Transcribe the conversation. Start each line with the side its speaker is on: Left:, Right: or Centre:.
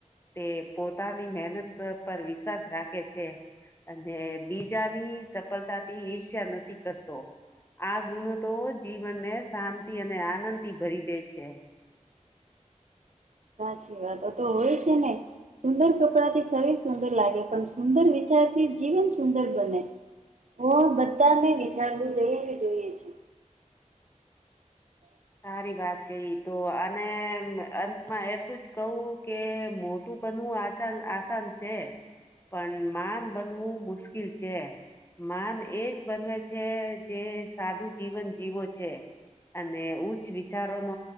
Left: તે પોતાની મહેનત પર વિશ્વાસ રાખે છે અને બીજાની સફળતા થી ઈર્ષ્ય નથી કરતો આ ગુણો તો જીવનને શાંતિ અને આનંદ થી ભરી દે છે
Right: સાચી વાતો તો હોય છે, ને સુંદર કપડા થી શરીર સુંદર લાગે પણ સુંદર વિચારથી જીવન સુંદર બને હ બધાને વિચારવું જરૂરી જોઈએ છે.
Left: સારી વાત કહી તો આને અંતમાં એટલું જ કહું કે મોટું બનવું આ આસાન છે પણ માન બનવું મુશ્કેલ છે. માન એજ બનેવે છે, જે સાદું જીવન જીવો છે. અને ઉચ્ચ વિચારો ન